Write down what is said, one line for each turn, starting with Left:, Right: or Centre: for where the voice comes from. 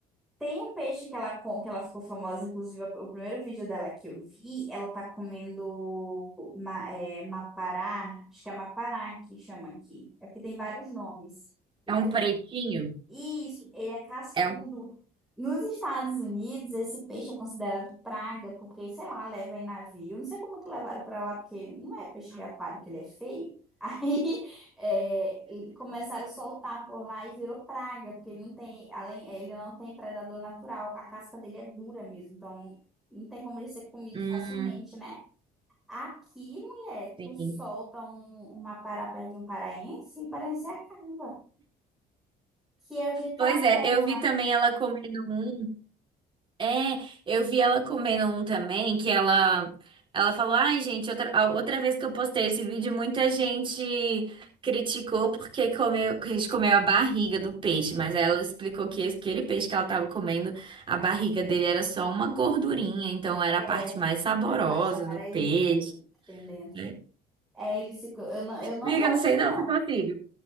Centre: Tem um peixe que ela, com- que ela ficou famosa, inclusive o primeiro vídeo dela que eu vi, ela tá comendo ma, é, mapará, acho que é mapará que chama aqui. É porque tem vários nomes. E
Right: é um pretinho,
Centre: Isso, ele é cascudo.
Right: é um
Centre: Nos Estados Unidos, esse peixe é considerado praga, porque, sei lá, leva em navio. Não sei como é que levaram para lá, porque não é peixe de aquário que ele é feio. <laughs> Aí é, e começaram a soltar por lá e virou praga, porque ele não tem, além, é, ele não tem predador natural. A casca dele é dura mesmo, então não tem como ele ser comido
Right: Hum,
Centre: facilmente, né? Aqui, mulher,
Right: sim.
Centre: tu solta um, uma pará perto de um paraense e o paraense acaba, que é o jeito que
Right: Pois
Centre: ela
Right: é,
Centre: come
Right: eu
Centre: lá.
Right: vi também ela comendo um. É, eu vi ela comendo um também, que ela ela falou: "Ai, gente, outra, a outra vez que eu postei esse vídeo, muita gente criticou porque comeu, que a gente comeu a barriga do peixe, mas aí ela explicou que aquele peixe que ela tava comendo, a barriga dele era só uma gordurinha, então era
Centre: É,
Right: a parte mais saborosa
Centre: É A parte amarelinha
Right: do peixe,
Centre: do, que tem dentro.
Right: né?
Centre: É, ele se, co- eu não, eu não
Right: Amiga,
Centre: gosto,
Right: não sei não
Centre: não.
Right: se consigo.